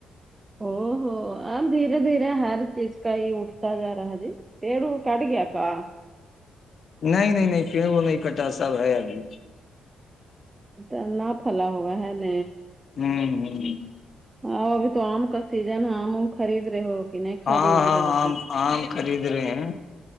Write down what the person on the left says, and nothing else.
نہیں نہیں نہیں پیڑ نہیں کٹا سب ہے ابھی
ہم ہم
ہاں
ہاں
ہم
خردید آم خرید رہے ہیں